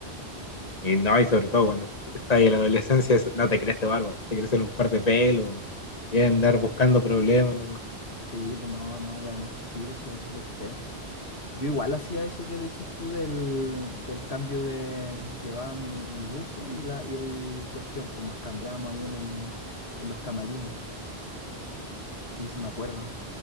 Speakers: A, on the left; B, on the left.
A: Y no, y sobre todo cuando estás en la adolescencia, es- no te crece barba, pues, te crecen un par de pelos y andar buscando problemas nomás.
B: Sí, pues no, no, y además que sí, pues se ve súper feo. Yo igual hacía eso que decís tú del, del cambio de... Llevaba mi, mi buzo y, la, y el cuestión, pues nos cambiábamos ahí en, el, en los camarines. Sí, sí, me acuerdo.